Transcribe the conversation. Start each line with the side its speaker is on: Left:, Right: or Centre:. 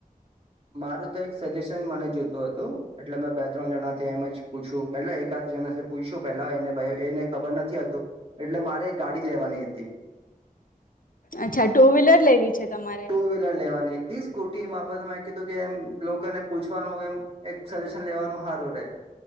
Right: મારું તો એક સજેશન મને જોતું હતું. એટલે મેં બે ત્રણ જણાથી એમ જ પૂછું એટલે એકાદ જનેથી પૂછું પેલા એને એને ખબર નથી હતું એટલે મારે ગાડી લેવાની હતી.
Left: અચ્છા ટુ વ્હીલર લેવી છે તમારે
Right: ટુ વ્હીલર લેવાની તી સ્કૂટી એમાં આપ મેં કીધું કે એમ લોકોને પૂછવાનું એમ એક સજેશન લેવાનું સારું રે